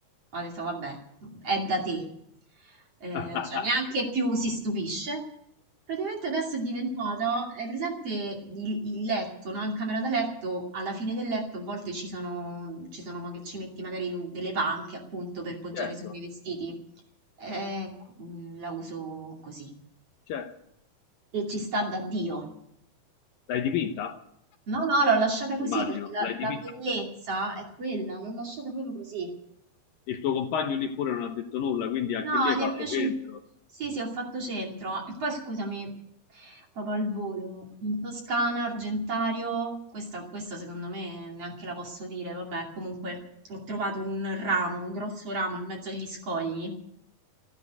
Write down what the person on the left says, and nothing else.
<laughs>
Certo.
Certo,
l'hai dipinta?
Immagino,
l'hai dipinta.
Il tuo compagno lì pure non ha detto nulla, quindi anche
lì hai
fatto
centro.